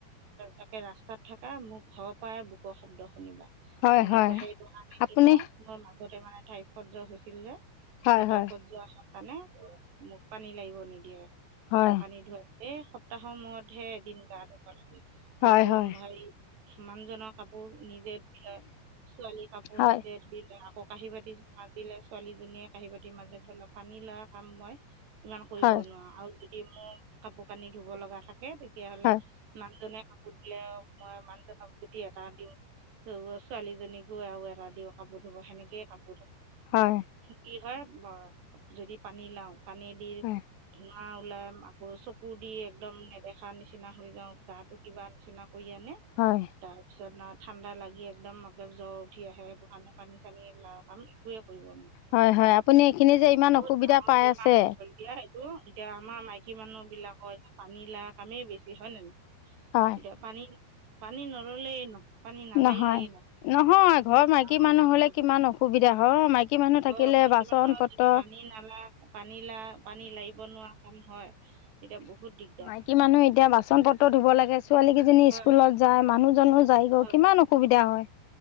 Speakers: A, on the right; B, on the left.
A: তাকে ৰাস্তাত থাকা মোক ঘৰৰ পৰাই বুকৰ শব্দ শুনিবা <unintelligible>
B: হয়
A: সেনেকুৱা
B: হয়
A: সেইটো কাৰণে
B: আপুনি
A: কি ক মই মাজতে মানে ঠাই স্জ হৈছিল যে <unintelligible>
B: হয়
A: সেই টাইপত
B: হয়
A: যোৱা হয় কাৰণে মোক পানী লাগিব নিদিয়ে কাপোৰ
B: হয়
A: কানি ধোৱাই <unintelligible> এই সপ্তাহৰ মূৰতহে এদিন গা ধুব লাগে
B: হয়
A: আকৌ
B: হয়
A: হেৰি মানুহ জনৰ কাপোৰ নিজে ধোই লয় ছোৱালী কাপোৰ
B: হয়
A: নিজে দি লয় আকৌ কাহী বাতি <unintelligible> মাজিলে ছোৱালীজনীয়ে কাঁহি বাতিৰ মাজে ধলপ পানী লোৱা কাম মই <unintelligible> ইমান কৰিব
B: হয়
A: নোৱাৰো আৰু যদি মোৰ কাপোৰ কানি ধুব লগা থাকে তেতিয়াহ'লে
B: হয়
A: মানু জনে <unintelligible> কাপোৰ দিলে মই মানুহ ভাবদি এটা দিম <unintelligible> ছোৱালীজনী গৈ আৰু এৰা দিও কাপোৰ ধুব সেনেকে কাপোৰ
B: হয়
A: কি হয় যদি পানী লাও পানী দি ধ
B: হয়
A: <unintelligible> হাহ ওলাই আকৌ চকু দি একদম নেদেখা নিচিনা হৈ যাওঁ গা কিবা নিচিনা <unintelligible> ক আনে
B: হয়
A: তাৰপিছত ন <unintelligible> ঠাণ্ডা লাগি একদম ম জ্বৰ উঠি আহে সেইটো কাৰণে পানী চানী ল আমি একোৱে ন
B: হয় হয় আপুনি এইখিনি যে ইমান
A: বহুত
B: অসুবিধা
A: ডাঙৰ
B: পাই
A: বেমাৰ
B: আছে
A: হ প দয়া <unintelligible> ত এতিয়া আমাৰ মাইকী মানুহ বিলাকৰ এ পানী ললা কামেই বেছি হয় নোনো <unintelligible>
B: হয়
A: এতিয়া পানী পানী নললেই নহয় পানী নালাগিলেই
B: নহয়
A: ন
B: নহয়
A: বহুত
B: ঘৰৰ মাইকী
A: ডাঙৰ
B: মানুহ
A: কামছিল
B: হ'লে কিমান
A: <unintelligible>
B: অসুবিধা হয় মাইকী মানুহ
A: অ
B: থাকিলে
A: মাইকী
B: বাচন
A: মানুহৰ
B: পত্ৰ
A: যদি পানী নালা পানী লা পানী লাগিব নোৱাৰা <unintelligible> অম হয় তেতিয়া বহুত দিগদাৰ
B: মাইকী মানুহ এতিয়া বাচন পত্ৰ ধুব লাগে ছোৱালী কেইজনী
A: হয়
B: স্কুলত যায় মানুহ জানো যায়গে
A: হয়
B: কিমান অসুবিধা হয়